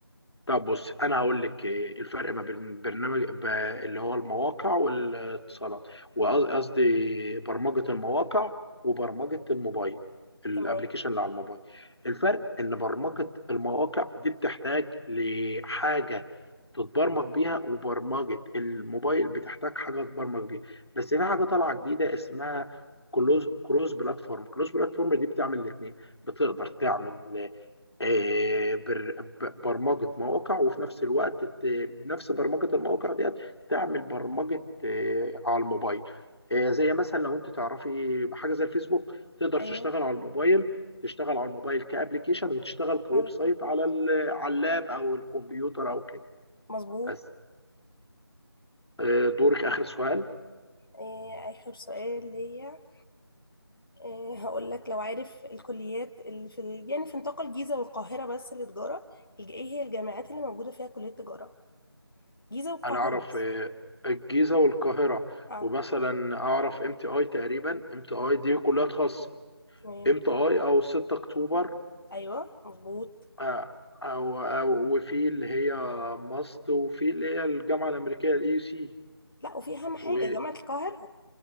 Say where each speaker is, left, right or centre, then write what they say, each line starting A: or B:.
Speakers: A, on the left; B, on the left.
A: طب بص انا هقول لك إيه الفرق ما بين برنامج ب- اللي هو المواقع والاتصالات وقصدي برمجة المواقع وبرمجة الموبايل الابليكيشن
B: تمام
A: اللي على الموبايل الفرق ان برمجة المواقع دي بتحتاج لحاجة تتبرمج بيها وبرمجة الموبايل بتحتاج حاجة تتبرمج بيها بس في حاجة طالعة جديدة اسمها كلوز كروس بلاتفورم كروس بلاتفورم دي بتعمل الاثنين بتقدر تعمل آه، بر- ب- برمجة مواقع وفي نفس الوقت ت- بنفس برمجة المواقع ديت تعمل برمجة آه، على الموبايل آه، زي مثلا لو انت تعرفي حاجة زي الفيسبوك تقدر
B: ايوه
A: تشتغل على الموبايل تشتغل على الموبايل كأبليكيشن وتشتغل كويب
B: على التطبيق
A: سايت على ال- على اللاب او الكمبيوتر او كده
B: مظبوط
A: بس آه، دورك آخر سؤال
B: إيه، اخر سؤال ليا آه، هقول لك لو عارف الكليات اللي في ال- يعني في نطاق الجيزة والقاهرة بس للتجارة الج- ايه هي الجامعات اللي موجودة فيها كلية تجارة جيزة والقاهرة
A: انا اعرف
B: بس
A: آه، الجيزة والقاهرة
B: اه
A: ومثلا اعرف ام تي اي تقريبا ام تي اي دي كلها خاصة
B: تمام
A: ام تي اي او 6 اكتوبر
B: ايوه مظبوط
A: آه، أو أو وفي اللي هي ماست وفي اللي هي الجامعة الأمريكية ال يو سي
B: لا وفي اهم حاجة
A: و...
B: جامعة القاهرة